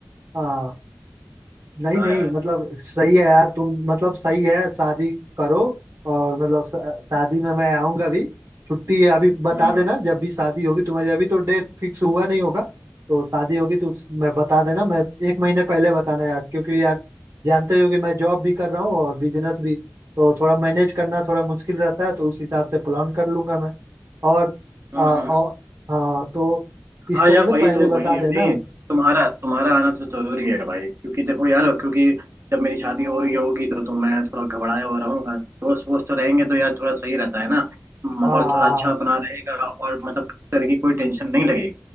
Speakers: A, on the right; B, on the right.
A: हाँ नहीं
B: हाँ
A: नहीं
B: यार
A: मतलब सही है यार तुम मतलब सही है शादी करो और मतलब शा- शादी में मैं आऊंगा भी छुट्टी है अभी बता
B: हम्म
A: देना जब भी शादी होगी तुम्हारी अभी तो डेट फिक्स हुआ नहीं होगा तो शादी होगी तो उस- मैं बता देना मैं एक महीने पहले बताना यार क्योंकि यार जानते हो कि मैं जॉब भी कर रहा हूँ और बिजनेस भी तो थोड़ा मैनेज करना थोड़ा मुश्किल रहता है तो उस हिसाब से प्लान कर लूंगा मैं और,
B: हम्म
A: आ, और
B: हम्म
A: हाँ तो इस
B: हाँ
A: तरह
B: यार
A: से
B: वही
A: पहले
B: तो
A: बता
B: वही है
A: देना
B: नहीं तुम्हारा तुम्हारा आना तो जरूरी है भाई क्योंकि देखो यार क्योंकि जब मेरी शादी हो रही होगी तो तो मैं थोड़ा घबराया हुआ रहूंगा दोस्त वोस्त तो रहेंगे तो यार थोड़ा सही रहता है ना माहौल
A: हाँ
B: थोड़ा अच्छा अपना रहेगा और मतलब किसी तरह की कोई टेंशन नहीं लगेगी